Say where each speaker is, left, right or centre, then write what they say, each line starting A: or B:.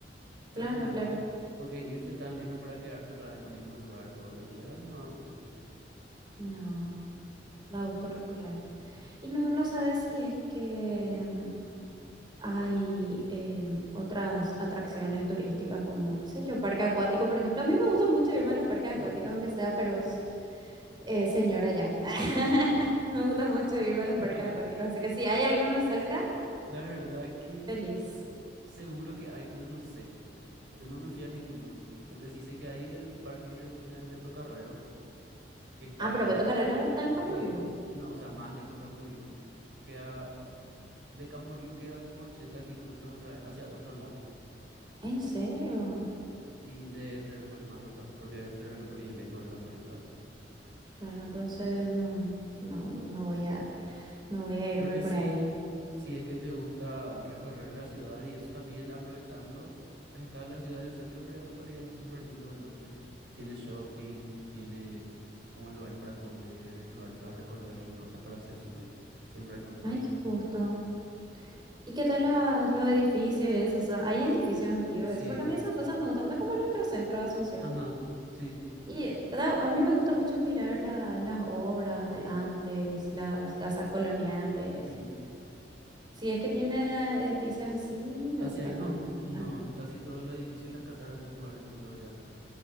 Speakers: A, on the right; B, on the right.
A: para
B: Claro,
A: conocer
B: claro.
A: más. Porque irte tan lejos para quedarte otra vez en el mismo lugar todos los días no da gusto.
B: No, da gusto recorrer. Y no, no sabes si es que mm, hay em, otras atracciones turísticas como, qué sé yo, parque acuático, por ejemplo. A mí me gusta mucho irme a los parques acuáticos,
A: Mm.
B: aunque sea feroz eh, señora ya. <laughs> Me gusta mucho irme a
A: <laughs>
B: los parques acuáticos, así que si hay alguno cerca,
A: La verdad que
B: feliz.
A: seguro que hay, pero no sé. Yo no me fui a ninguno. Lo que sí sé que hay es el parque de diversiones de Beto Carrero, que está,
B: Ah, pero Beto Carrero está en Camboriú.
A: sí, no, o sea, más lejos de Camboriú. Queda, de Camboriú queda como 80 kilómetros otra vez hacia otro lado.
B: ¿En serio?
A: Sí. Y de Florianópolis más al otro lado, porque Florianópolis es lejos de Camboriú otra vez.
B: Claro, entonces no, no, no voy a, no voy a irme
A: Lo que
B: por
A: sí
B: ahí.
A: Si es que te gusta recorrer la ciudad y eso también aprovechando, está la ciudad del centro de Florianópolis, es súper lindo de noche. Tiene shopping, tiene como lugares para comer, lugares para recorrer y cosas para hacer siempre. Siempre hay cosas para
B: Ay,
A: hacer.
B: qué gusto. ¿Y qué tal las- los edificios y eso? O sea, hay edificios antiguos,
A: Sí,
B: eso, porque a mí esas cosas me gustan. Es como nuestro centro de Asunción.
A: ajá, sí.
B: Y da- a mí me gusta mucho mirar la- las obras de antes, las casas coloniales.
A: Mm.
B: Si es que tiene edificios así, me
A: Hacia
B: gusta,
A: ahí
B: me
A: no,
B: gusta, me
A: no,
B: gusta.
A: casi todos los edificios, las casas eran todos modernos, luego ya.